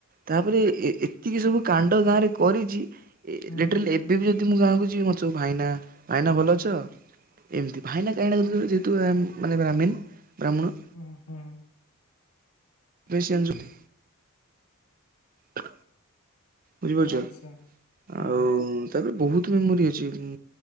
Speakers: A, on the right; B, on the left.
A: ତା ପରେ ଏ ଏ ତିକି ସବୁ କାଣ୍ଡ ଗାଁ ରେ କରିଛି। ଏ
B: ହୁଁ
A: ଲିଟ୍ରିଲି ଏବେ ବି ଯଦ ଦି ମୁଁ ଗାଁକୁ ଯିବି ମୋତେ ସବୁ ଭାଇନା ଭାଇନା ଭଲ ଅଛ। ଏମିତି, ଭାଇନା କାଇଁ ଡାକୁଚନ୍ତି ଯେହେତୁ ଆମ୍ ମାନେ ବ୍ରାହ୍ମୀଣ, ବ୍ରାହ୍ମଣ।
B: ଓ, ହଁ।
A: ପ୍ରେସିଅନସ୍ ହ ବୁଝିପାରୁଛ,
B: ଆଚ୍ଛା। ହଁ
A: ଆଉ
B: ହଁ
A: ତାପରେ ବହୁତ ମେମୋରି ଅଛି। ଉଁ,